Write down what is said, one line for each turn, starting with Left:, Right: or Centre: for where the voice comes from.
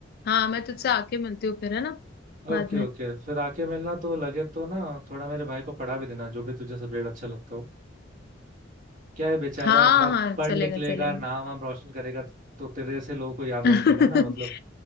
Left: हाँ मैं तुझसे आके मिलती हूँ फिर है ना बाद
Right: ओके
Left: में
Right: ओके फिर आके मिलना तो लगे तो ना थोड़ा मेरे भाई को पढ़ा भी देना जो भी तुझे सब्जेक्ट अच्छा लगता हो क्या है बेचारा
Left: हाँ
Right: थोड़ा
Left: हाँ
Right: पढ़
Left: चलेगा
Right: लिख लेगा
Left: चलेगा
Right: नाम वाम रोशन करेगा तो तेरे से लोगों को याद
Left: <laughs>
Right: रखेगा ना मतलब